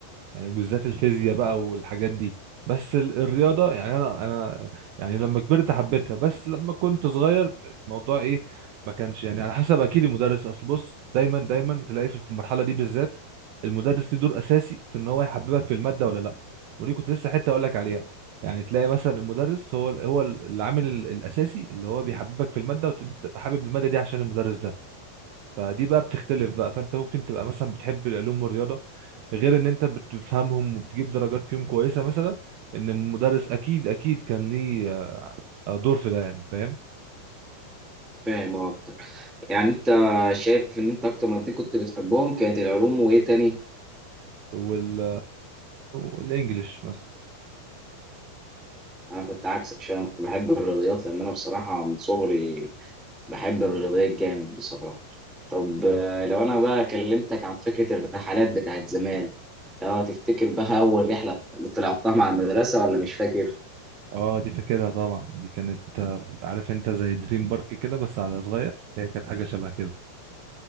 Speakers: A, on the right; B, in the centre.
A: يعني بالذات الفيزياء بقى والحاجات دي بس ال- الرياضة يعني أنا أنا يعني لما كبرت حبيتها بس لما كنت صغير الموضوع إيه ما كانش يعني على حسب أكيد المدرس أصل بص دايما دايما تلاقي في المرحلة دي بالذات المدرس ليه دور أساسي في إن هو يحببك في المادة ولا لأ ودي كنت لسه حتة أقول لك عليها يعني تلاقي مثلا المدرس هو هو العامل ال- الأساسي اللي هو بيحببك في المادة وأنت تبقى حابب المادة دي عشان المدرس ده فدي بقى بتختلف بقى فانت ممكن تبقى مثلا بتحب العلوم والرياضه غير ان انت بتفهمهم وبتجيب درجات فيهم كويسه مثلا ان المدرس اكيد اكيد كان ليه آه، دور في ده يعني فاهم
B: فاهم اكتر يعني انت شايف ان انت اكتر مادتين كنت بتحبهم كانت العلوم وايه تاني
A: وال والانجليش مثلا
B: انا كنت عكسك شويه انا كنت بحب الرياضيات لان انا بصراحه من صغري بحب الرياضيات جامد بصراحه طب آه، لو انا بقى كلمتك عن فكره الرحلات بتاعت زمان اه تفتكر بقى اول رحله طلعتها مع المدرسه ولا مش فاكر
A: اه دي فاكرها طبعا دي كانت آه، عارف انت زي دريم بارك كده بس على صغير هي كانت حاجه شبه كده